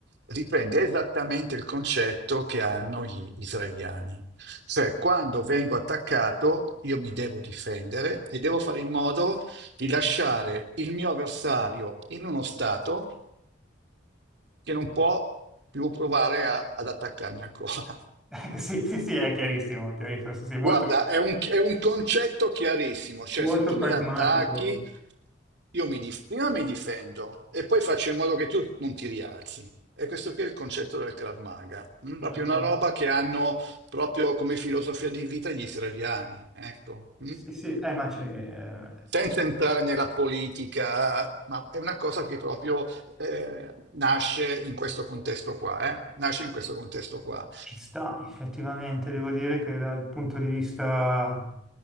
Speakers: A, on the right; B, in the centre.
A: riprende esattamente il concetto che hanno gli israeliani, cioè quando vengo attaccato io mi devo difendere e devo fare in modo di lasciare il mio avversario in uno stato che non può più provare a- ad attaccarmi ancora.
B: <laughs> sì, sì, sì, è chiarissimo, è chiarissimo, sì, sì, molto,
A: Guarda, è un, è un concetto chiarissimo, cioè
B: molto
A: se tu
B: pragmatico,
A: mi attacchi, io mi dif- prima mi difendo e poi faccio in modo che tu non ti rialzi. E questo qui è il concetto del Krav Maga, mm, proprio
B: molto...
A: una roba che hanno proprio come filosofia di vita gli israeliani, ecco. mm.
B: Sì, sì, eh, ma c'è... eh,
A: Senza entrare nella politica, ma è una cosa che proprio eh, nasce in questo contesto qua, eh, Nasce in questo contesto qua.
B: Ci sta, effettivamente, devo dire che dal punto di vista